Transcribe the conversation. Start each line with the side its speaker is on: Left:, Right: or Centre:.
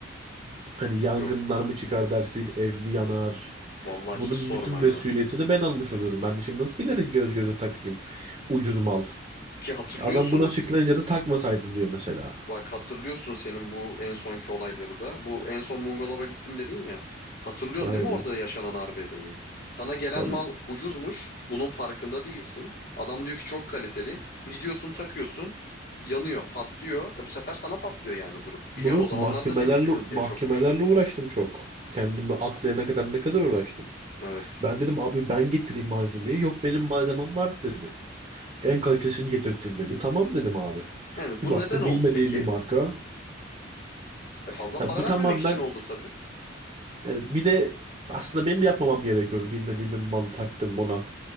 Right: Hani yangınlar
Left: Yok
Right: mı çıkar dersin, ev mi yanar?
Left: vallahi
Right: Bunun
Left: hiç sorma
Right: bütün mesuliyetini
Left: ya.
Right: ben almış oluyorum. Ben de şimdi nasıl bilerek göz göze takayım ucuz mal.
Left: Ki hatırlıyorsun
Right: Adam bunu açıklayınca da takmasaydın diyor mesela.
Left: Bak hatırlıyorsun senin bu en sonki olayları da. Bu en son bungalova gittim dedin ya. Hatırlıyorsun
Right: Aynen.
Left: değil mi orada yaşanan arbedeyi? Sana gelen
Right: Ya
Left: mal ucuzmuş. Bunun farkında değilsin. Adam diyor ki çok kaliteli. Gidiyorsun takıyorsun. Yanıyor, patlıyor. E bu sefer sana patlıyor yani durum. Biliyorsun
Right: bunu
Left: o zamanlarda
Right: mahkemelerle
Left: seni sıkıntıya
Right: mahkemelerle
Left: çokmuştu.
Right: uğraştım çok. Kendimi aklayana kadar ne kadar uğraştım.
Left: Evet.
Right: Ben dedim abi ben getireyim malzemeyi. Yok benim malzemem var dedi. En kalitesini getirttim dedi. Tamam dedim abi.
Left: Yani
Right: Bir
Left: bu
Right: baktım
Left: neden oldu
Right: bilmediğim
Left: peki?
Right: bir marka.
Left: E fazla
Right: Ya
Left: para
Right: bu
Left: vermemek
Right: tamamen
Left: için oldu tabii.
Right: yani bir de aslında benim de yapmamam gerekiyordu. Bilmediğim bir malı taktım ona.